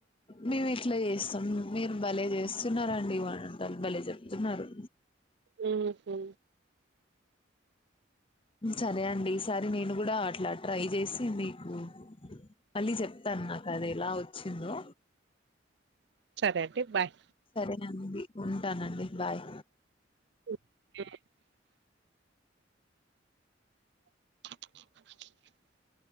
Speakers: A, on the left; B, on the right.
A: మేము ఇట్లా చేస్తాం మీరు భలే చేస్తున్నండి ఇంటారు భలే చెప్తున్నారు
B: ఉ
A: సరే అండి ఈసారి నేను కూడా అట్లా ట్రై చేసి మీకు మళ్ళీ చెప్తాను నాకు అది ఎలా వచ్చిందో
B: సరే అండి బాయ్
A: అడి ఉంటానండి బాయ్
B: <inaudible> <inaudible>